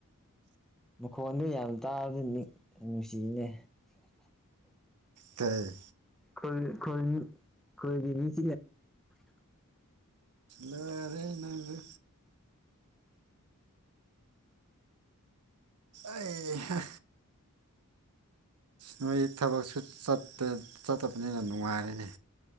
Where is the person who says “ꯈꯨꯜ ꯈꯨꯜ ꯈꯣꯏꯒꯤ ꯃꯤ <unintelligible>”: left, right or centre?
Centre